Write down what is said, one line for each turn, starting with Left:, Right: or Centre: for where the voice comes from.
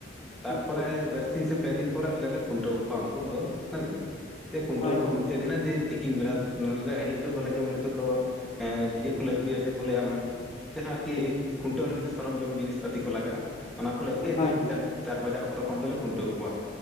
Centre: ᱛᱟᱨᱯᱚᱨᱮ
Left: ᱟᱪᱪᱷᱟ ᱟᱪᱪᱷᱟ
Centre: ᱵᱟᱨᱥᱤᱧ ᱥᱮ ᱯᱮ ᱫᱤᱱ ᱯᱚᱨᱮ ᱟᱞᱮ ᱞᱮ ᱠᱷᱩᱱᱴᱟᱹᱣ ᱠᱚᱣᱟ ᱩᱱᱠᱩ ᱫᱚ ᱦᱮᱸᱥᱮ ᱠᱷᱩᱱᱴᱟᱹᱣ
Left: ᱦᱳᱭ
Centre: ᱠᱚ
Left: ᱦᱳᱭ
Centre: <unintelligible> <unintelligible> ᱫᱤᱱᱟᱹᱢ ᱫᱤᱱ ᱛᱤᱠᱤᱱ ᱵᱮᱲᱟ ᱦᱤᱸᱜᱤ ᱱᱤᱛᱚᱜ ᱫᱚᱞᱮ ᱡᱮᱢᱚᱱ ᱱᱤᱛᱚᱜ ᱫᱚ ᱫᱤᱭᱮ ᱠᱚᱞᱮ ᱟᱹᱜᱩᱭᱼᱟ ᱡᱮ ᱪᱮᱫ ᱠᱚ ᱞᱟᱹᱭ-ᱟ ᱡᱟᱦᱟᱸ ᱟᱨ ᱠᱤ ᱠᱷᱩᱱᱴᱟᱹᱣ ᱞᱟᱹᱜᱤᱫ ᱛᱮ ᱥᱚᱨᱚᱢ ᱡᱚᱢ ᱡᱤᱱᱤᱥ ᱯᱟᱛᱤ ᱞᱟᱜᱟᱜᱼᱟ ᱚᱱᱟ ᱠᱚ ᱞᱮ ᱟᱹᱜᱩᱭᱼᱟ <unintelligible>
Left: ᱦᱳᱭ ᱦᱳᱭ
Centre: ᱪᱟᱨ ᱵᱟᱡᱟᱜ ᱚᱠᱛᱚ ᱠᱷᱚᱱ ᱫᱚ ᱞᱮ ᱠᱷᱩᱱᱴᱟᱹᱣ ᱠᱚᱣᱟ᱾